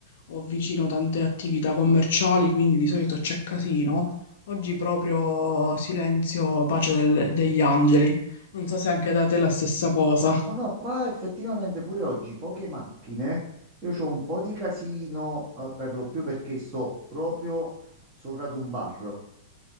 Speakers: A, on the left (about 60°); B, on the right (about 20°).
A: ho vicino tante attività commerciali, quindi di solito c'è casino. Oggi proprio silenzio, pace del- degli angeli. Non so se anche da te è la stessa cosa.
B: No, no, qua effettivamente pure oggi poche macchine. Io ho un po' di casino, eh, per lo più perché sto proprio sopra ad un bar.